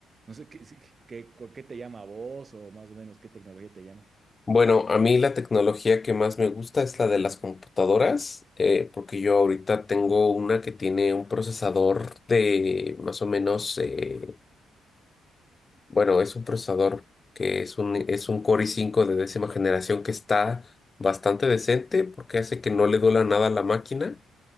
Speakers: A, on the right; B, on the left.
A: No sé qué, <laughs> qué, qué te llama a vos o más o menos qué tecnología te llama.
B: Bueno, a mí la tecnología que más me gusta es la de las computadoras, eh, porque yo ahorita tengo una que tiene un procesador de más o menos, eh, bueno, es un procesador que es un, es un Core i5 de décima generación que está bastante decente porque hace que no le duela nada a la máquina